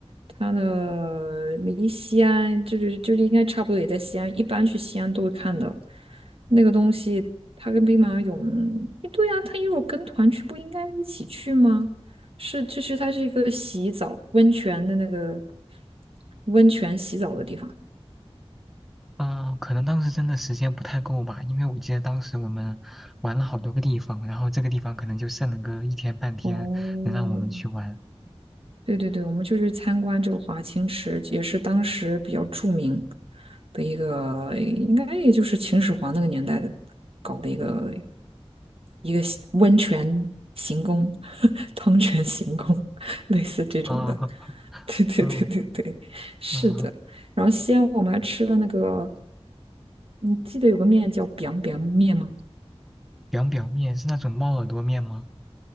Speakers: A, on the right; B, in the centre.
A: 它的离西安就是就是应该差不多也在西安，一般去西安都会看的。那个东西，它跟兵马俑，诶对呀、啊，它如果跟团去，不应该一起去吗？是，就是它是一个洗澡温泉的那个温泉洗澡的地方。
B: 嗯，可能当时真的时间不太够吧，因为我记得当时我们玩了好多个地方，然后这个地方可能就剩了个一天半天能让我们去玩。
A: 哦，对对对，我们就去参观这个华清池，也是当时比较著名的一个，应该也就是秦始皇那个年代的搞的一个一个洗温泉行宫、<laughs> 汤泉行宫，类似这种的。
B: 啊
A: 对对对对对，
B: 嗯
A: 是的。
B: 嗯，
A: 然后西安我们还吃了那个，你记得有个面叫 biang biang 面吗？
B: 凉表面是那种猫耳朵面吗？